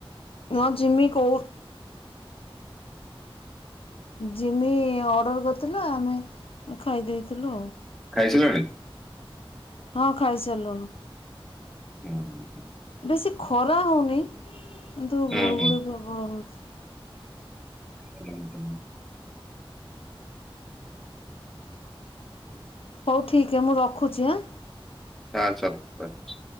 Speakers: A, on the left; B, in the centre.
A: ମ ଜିମି କୋଉ ଜିମି ଅର୍ଡ଼ର କରିଥିଲା ଆମେ ଖାଇ ଦେଇଥିଲୁ ଆଉ
B: ଖାଇ ସାରିଲଣି?
A: ହଁ ଖାଇ ସାରିଲୁଣି।
B: ହୁଁ।
A: ବେଶୀ ଖରା ହଉନି କିନ୍ତୁ
B: ହୁଁ
A: ଗୁଳୁଗୁଳି
B: ହୁଁ
A: ପ୍ରବଳ ହଉଛି।
B: ହୁଁ ହୁଁ। ହୁଁ
A: ହଉ ଠିକ୍ ମୁଁ ରଖୁଛି ଆଁ।
B: ହଁ ଚାଲ ବାଏ।